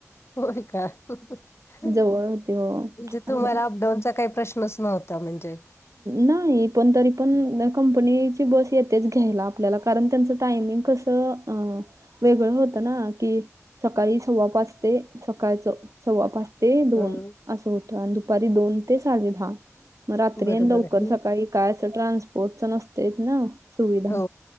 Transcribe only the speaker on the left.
होय का म्हणजे
तुम्हाला दोन चा काय प्रश्नच नव्हता म्हणजे
हम्म
बरोबर
आहे.
हो